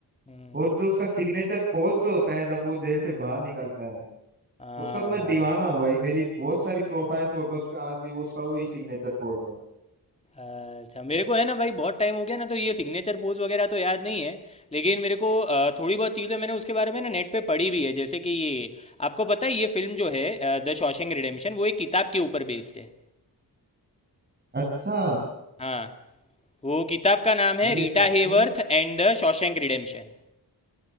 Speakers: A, on the left; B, on the right.
A: हम्म,
B: और जो उसका सिग्नेचर पोज जो होता है जब वो जेल से बाहर निकलता है
A: हाँ
B: उसका तो मैं
A: भाई
B: दीवाना हूँ भाई मेरी बहुत सारी प्रोफाइल फोटोज पे आज भी वो उसका वही सिग्नेचर पोज है
A: अच्छा मेरे को है ना भाई बहुत टाइम हो गया ना तो ये सिग्नेचर पोज वगैरह तो याद नहीं है लेकिन मेरे को अ, थोड़ी बहुत चीज़ें मैंने उसके बारे में ना नेट पे पढ़ी भी है जैसे कि ये आपको पता है ये फिल्म जो है द शॉशैंक रिडेम्पशन वो एक किताब के ऊपर बेस्ड है
B: अच्छा
A: हाँ, वो किताब का नाम है
B: अरे
A: Rita
B: ये तो अच्छा
A: Hayworth and the Shawshank Redemption